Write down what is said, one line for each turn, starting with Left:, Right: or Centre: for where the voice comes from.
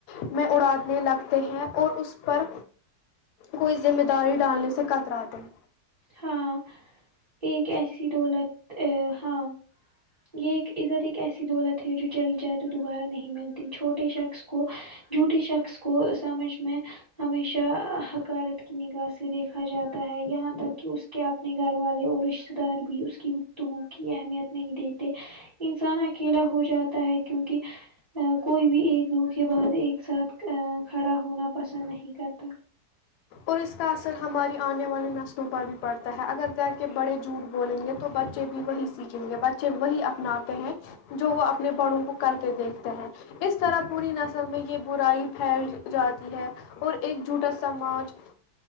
Left: میں میں اڑانے لگتے ہیں اور اس پر کوئی ذمہ داری ڈالنے سے کتراتے ہیں
Right: ہاں ایک ایسی دولت ا ہاں یہ ایک عزت ایک ایسی دولت ہے جو چلی جائے تو دوبارہ نہیں ملتی چھوٹے شخص کو جوٹے شخص کو سمجھ میں ہمیشہ حکارت کی نگاہ سے دیکھا جاتا ہے یہاں تک کہ کہ اپنے گھر والے اور رشتتے دار بھی اس کی گفتگو کی اہمیت نہیں دیتے انسان اکیلا ہو جاتا ہے کیونکہ کوئی بھی ایک دھوکے باز ایک ساتھ کھڑا ہونا پسند نہیں کرتا
Left: اور اس کا اثر ہماری آنے والی نسلوں پر بھی پڑتا ہے اگر گھر کے بڑے جھوٹ بولیں گے تو بچے بچے بھی وہی سیکھیں گے بچے وہی اپناتے ہیں جو وہ اپنے بڑوں کو کرتے دیکھتے ہیں اس طرح پوری نسل میں یہ برائی پھیل جاتی ہے اور ایک جھٹا سماج